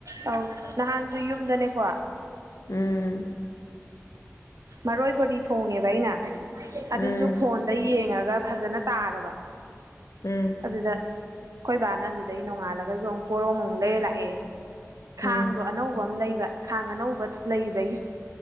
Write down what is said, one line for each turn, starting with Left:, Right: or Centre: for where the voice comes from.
Right: ꯑꯧ ꯅꯍꯥꯟꯁꯨ ꯌꯨꯝꯗꯅꯦꯀꯣ
Left: ꯎꯝ
Right: ꯃꯔꯣꯏ ꯕꯣꯔꯤ ꯊꯣꯡꯉꯦꯕ ꯑꯩꯅ
Left: ꯎꯝ
Right: ꯑꯗꯨꯁꯨ ꯐꯣꯟ ꯗꯩꯩ ꯌꯦꯡꯉꯒ ꯐꯖꯅ ꯇꯥꯔꯕ
Left: ꯎꯝ
Right: ꯑꯗꯨꯗ ꯑꯩꯈꯣꯏ ꯕꯥꯅ ꯑꯗꯨꯗꯩ ꯅꯣꯡꯉꯥꯜꯂꯒꯁꯨ ꯑꯃꯨꯛ ꯄꯣꯔꯣꯝ ꯑꯃꯨꯛ ꯂꯩꯔ ꯂꯥꯛꯑꯦ ꯈꯥꯡꯗꯣ
Left: ꯎꯝ
Right: ꯑꯅꯧꯕ ꯑꯃ ꯂꯩꯕ ꯈꯥꯡ ꯑꯅꯧꯕ ꯂꯩꯕꯒꯤ